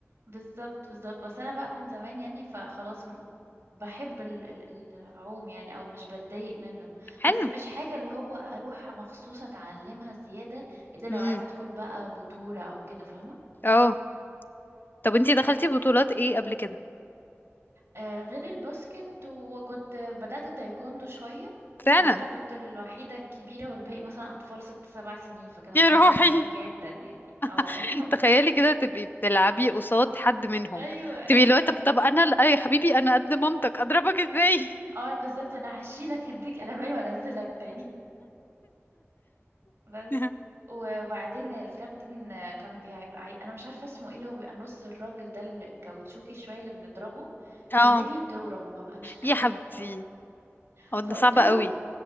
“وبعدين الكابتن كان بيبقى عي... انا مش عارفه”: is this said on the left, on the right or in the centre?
Right